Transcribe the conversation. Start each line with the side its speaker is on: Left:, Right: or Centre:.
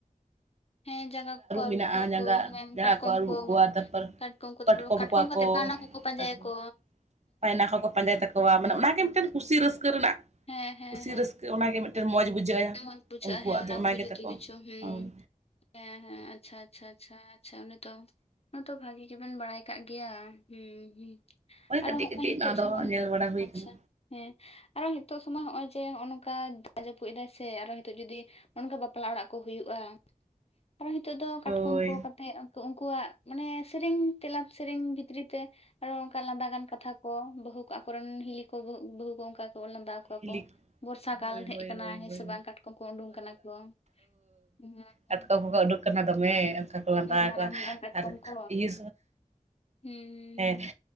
Left: ᱦᱮᱸ ᱡᱟᱸᱜᱟ ᱠᱚ ᱟᱹᱨᱩᱵ
Right: ᱢᱮᱱᱟᱜᱼᱟ
Left: ᱠᱩᱣᱟᱠᱚ
Right: ᱡᱟᱸᱜᱟ
Left: ᱦᱮᱸ
Right: ᱡᱟᱸᱜᱟ
Left: ᱠᱟᱴᱠᱚᱢ
Right: ᱟᱹᱨᱩᱵ
Left: ᱠᱚ
Right: ᱠᱚᱣᱟ ᱛᱟᱨᱯᱚᱨ
Left: ᱠᱟᱴᱠᱚᱢ ᱠᱩᱫᱚ ᱠᱟᱴᱠᱚᱢ
Right: ᱠᱚᱣᱟ
Left: ᱠᱟᱛᱮ
Right: ᱠᱚ
Left: ᱵᱟ ᱱᱟ ᱠᱩ ᱯᱟᱸᱡᱟᱭᱟ
Right: ᱠᱟᱴᱠᱚᱢ
Left: ᱠᱚ
Right: ᱯᱟᱭᱱᱟ ᱦᱚᱸᱠᱚ ᱯᱟᱸᱡᱟᱭ ᱛᱟᱠᱚᱣᱟ ᱢᱟᱱᱮ ᱚᱱᱟ ᱜᱮ ᱢᱤᱫᱴᱮᱱ ᱠᱩᱥᱤ ᱨᱟᱹᱥᱠᱟᱹ ᱨᱮᱱᱟᱜ
Left: ᱦᱮᱸ ᱦᱮᱸ
Right: ᱠᱩᱥᱤ
Left: ᱦᱮᱸ
Right: ᱨᱟᱹᱥᱠ ᱚᱱᱟᱜᱮ ᱢᱤᱫᱴᱮᱱ ᱢᱚᱸᱡᱽ ᱵᱩᱡᱷᱟᱹᱭᱟ
Left: ᱢᱚᱸᱡᱽ ᱵᱩᱡᱷᱟᱹᱜᱼᱟ
Right: ᱩᱱᱠᱩᱣᱟᱜ
Left: ᱦᱮᱸ
Right: ᱫᱚ
Left: ᱠᱚᱜᱮ
Right: ᱚᱱᱟ ᱜᱮᱛᱟᱠᱚ
Left: ᱡᱚᱛᱚ ᱠᱤᱪᱷᱩ ᱦᱩᱸ
Right: ᱦᱚᱭ
Left: ᱦᱮᱸ ᱦᱮᱸ ᱟᱪᱪᱷᱟ ᱟᱪᱪᱷᱟ ᱟᱪᱪᱷᱟ ᱟᱪ ᱟᱪᱪᱷᱟ ᱱᱤᱛᱟᱜ ᱚᱱᱮ ᱛᱚ ᱵᱷᱟᱜᱤ ᱜᱤᱵᱮᱱ ᱵᱟᱲᱟᱭ ᱠᱟᱜ ᱜᱮᱭᱟ ᱦᱩᱢᱸ-ᱦᱩᱸ ᱟᱨᱦᱚᱸᱜᱼᱚᱭ
Right: ᱠᱟᱹᱴᱤᱡ ᱠᱟᱹᱴᱤᱡ
Left: ᱱᱤᱛᱚᱜ
Right: ᱱᱚᱣᱟ ᱫᱚ
Left: ᱥᱚᱢᱚᱭ
Right: ᱧᱮᱞ ᱵᱟᱲᱟ ᱦᱩᱭ
Left: ᱟᱪᱪᱷᱟ
Right: ᱟᱠᱟᱱᱟ
Left: ᱦᱮᱸ ᱟᱨᱦᱚᱸ ᱦᱤᱛᱚᱜ ᱥᱚᱢᱚᱭ ᱦᱚᱜᱼᱚᱭ ᱡᱮ ᱱᱚᱜᱼ ᱱᱚᱝᱠᱟ ᱫᱟᱜ ᱡᱟᱹᱯᱩᱫ ᱜᱚᱡ ᱱᱟᱭ ᱥᱮ ᱟᱨᱚ ᱱᱤᱛᱚᱜ ᱡᱩᱫᱤ ᱱᱚᱱᱠᱟ ᱵᱟᱯᱞᱟ ᱚᱲᱟᱜ ᱠᱚ ᱦᱩᱭᱩᱜᱼᱟ ᱟᱨᱚ ᱱᱤᱛᱚᱜ ᱫᱚ ᱠᱟᱴᱠᱚᱢ
Right: ᱦᱳᱭ
Left: ᱠᱚ ᱠᱟᱛᱮᱜ ᱩᱱᱠᱩ ᱩᱱᱠᱩᱣᱟᱜ ᱢᱟᱱᱮ ᱥᱮᱨᱮᱧ ᱛᱮᱞᱟᱵᱽ ᱥᱮᱨᱮᱧ ᱵᱷᱤᱛᱨᱤ ᱛᱮ ᱟᱨᱚ ᱚᱱᱠᱟ ᱞᱟᱸᱫᱟᱜᱟᱱ ᱠᱟᱛᱷᱟ ᱠᱚ ᱵᱟᱹᱦᱩ ᱟᱠᱚᱨᱮᱱ ᱦᱤᱞᱤ ᱠᱚ ᱵᱩ ᱵᱟᱹᱦᱩ ᱠᱚ ᱚᱱᱠᱟ ᱠᱚ ᱞᱟᱸᱫᱟᱼᱼ ᱠᱟᱠᱚ
Right: ᱦᱤᱞᱤ
Left: ᱵᱚᱨᱥᱟ ᱠᱟᱞ
Right: ᱦᱳᱭ
Left: ᱦᱮᱡ
Right: ᱦᱳᱭ
Left: ᱠᱟᱱᱟ
Right: ᱦᱳᱭ
Left: ᱦᱮᱸ
Right: ᱦᱳᱭ
Left: ᱥᱮ ᱵᱟᱝ ᱠᱟᱴᱠᱚᱢ ᱠᱚ ᱩᱰᱩᱝ ᱠᱟᱱᱟ ᱠᱚ--ᱦᱩᱸ
Right: ᱠᱟᱴᱠᱚ ᱠᱚᱠᱚ ᱩᱰᱩᱠ ᱠᱟᱱᱟ ᱫᱚᱢᱮ ᱚᱱᱠᱟ ᱠᱚ ᱞᱟᱸᱫᱟ ᱟᱠᱚᱣᱟ
Left: ᱢᱟᱨᱟᱝ ᱢᱟᱨᱟᱝ ᱠᱟᱴᱠᱚᱢ
Right: ᱟᱨ
Left: ᱠᱚ
Right: ᱤᱭᱟᱹ
Left: ᱦᱩᱸ
Right: ᱦᱮᱸ